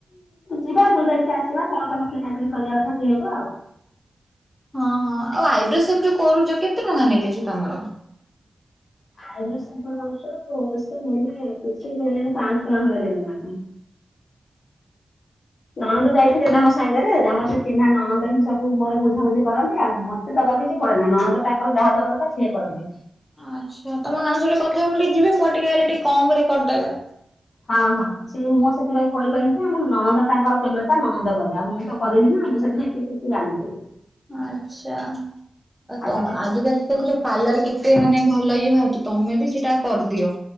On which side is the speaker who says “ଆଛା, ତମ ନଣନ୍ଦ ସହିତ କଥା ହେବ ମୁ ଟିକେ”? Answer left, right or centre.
Centre